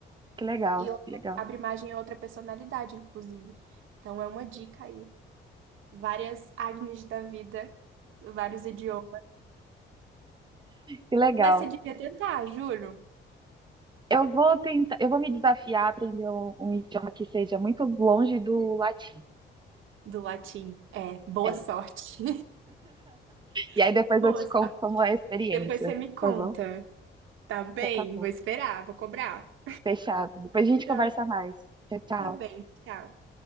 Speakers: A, on the right; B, on the right.
A: Que legal,
B: E outra-
A: que legal,
B: abre margem a outra personalidade, inclusive. Então é uma dica aí. Várias Agnes da vida, vários idiomas.
A: que legal.
B: Mas você devia tentar, juro.
A: Eu vou tentar, eu vou me desafiar a aprender um, um idioma que seja muito longe do latim.
B: Do latim. É, boa
A: É.
B: sorte.
A: E
B: <laughs>
A: aí depois
B: Boa
A: eu te
B: sorte.
A: conto como é a experiência,
B: Depois você me conta.
A: tá bom?
B: Tá bem,
A: Então tá bom.
B: vou esperar, vou cobrar.
A: Fechado. Depois a gente
B: Tchau.
A: conversa mais. Tchau, tchau.
B: Tá bem, tchau.